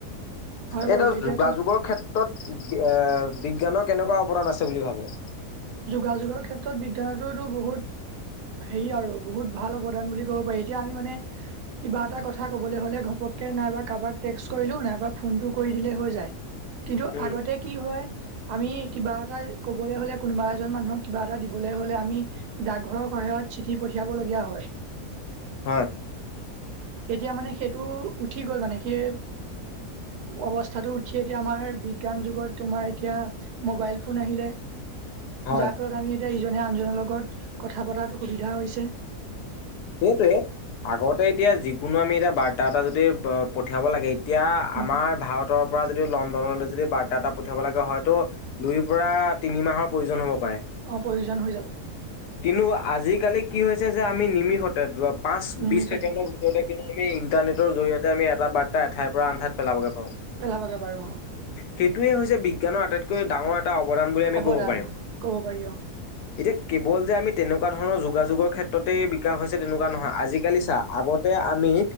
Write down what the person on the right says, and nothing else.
হয়
বাৰু এতিয়াতো
যোগাযোগৰ ক্ষেত্ৰত বিজ্ঞানতোতো বহুত। হেৰি আৰু বহুত ভাল অৱদান বুলি ক'ব পাৰি। এতিয়া আমি মানে কিবা এটা কথা কবলৈ হ'লে ঘপ- নাইবা কাৰোবাক টেক্স কৰিলো, নাইবা ফোনটো কৰি দিলে হৈ যায়। কিন্তু
আগতে কি হয় আমি কিবা এটা ক'বলৈ হ'লে। কোনোবা এজন মানুহক কিবা এটা দিবলৈ হ'লে আমি ডাকঘৰৰ সহায়ত চিঠি পঢি- দিয়াবলগীয়া হয়।
এতিয়া মানে সেইটো উঠি গ'ল মানে। সেই অৱস্থাটো উঠি এতিয়া আমাৰ বিজ্ঞান যুগত তোমাৰ এতিয়া মোবাইল ফোন আহিলে।
যাৰ ফলত আমি এতিয়া ইজনে আনজনৰ লগত কথা পতাত সুবিধা হৈছে।
উম
অ', প্ৰয়োজন হৈ যাব।
নিমিষতে
পেলাবাগে বাৰু অ'।
অৱদান
অ ক'ব পাৰি অ